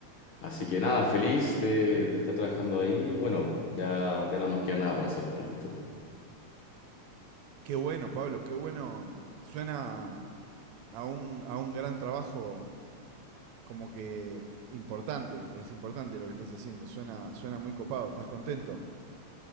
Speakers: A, on the left; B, on the right.
A: Así que nada, feliz de, de estar trabajando ahí y bueno, ya, ya no nos queda nada para hacer el proyecto.
B: Qué bueno, Pablo, qué bueno. Suena a un, a un gran trabajo como que importante, es importante lo que estás haciendo. Suena, suena muy copado, ¿estás contento?